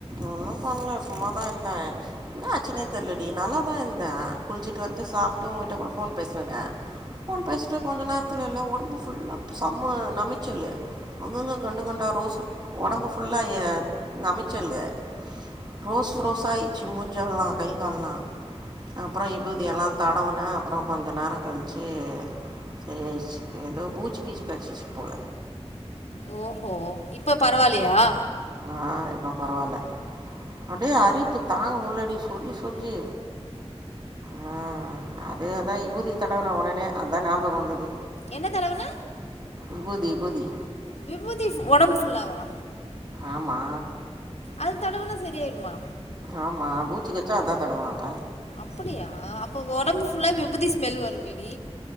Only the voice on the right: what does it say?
ஒன்னு பண்ல சும்மாதா இருந்தே என்னாச்சினே தெர்லடி நல்லாதா இருந்தே குளிச்சிட்டு வந்து சாப்ட்டு உன்கிட்ட கூட ஃபோன் பேஸ்னனே ஃபோன் பேஸ்ட்டு கொஞ்ச நேரத்லெல்லா ஒடம்பு ஃபுல்லா செம்ம நமைச்சல்லு அங்கங்க கண்டு கொண்டா ரோஸ் ஒடம்பு ஃபுல்லா ஏ நமைச்சலு ரோஸ் ரோசாயிச்சி மூஞ்சல்லா கை கால்லா அப்றோ விபூதியெல்லாந் தடவுனே அப்றோ கொஞ்ச நேர கழிச்சி இ சரியாயிச்சு எதோ பூச்சி கீச்சி கடிச்சிச்சு போல
ஆ இப்ப பரவால்ல அப்டியே அரிப்பு தாங்க முல்லடி சொரிஞ்சி சொரிஞ்சி ம் அது அதா இபூதிய தடவன ஒடனே அதா ஞ்யாபக வந்தது
இபூதி இபூதி
ஆமா
ஆமா பூச்சி கச்சா அதா தடவாங்க